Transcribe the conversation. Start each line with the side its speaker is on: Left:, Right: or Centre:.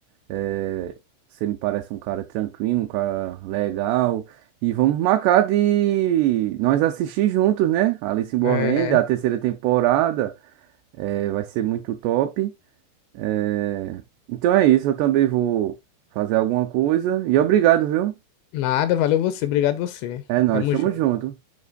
Right: Eh, você me parece um cara tranquilo, um cara legal. E vamos marcar de nós assistir juntos, né? Alice in Borderland,
Left: É...
Right: a terceira temporada. eh, vai ser muito top. Eh, Então é isso. Eu também vou fazer alguma coisa. E obrigado, viu?
Left: Nada, valeu você, obrigado você.
Right: É nóis,
Left: Tamo
Right: tamo
Left: junto.
Right: junto.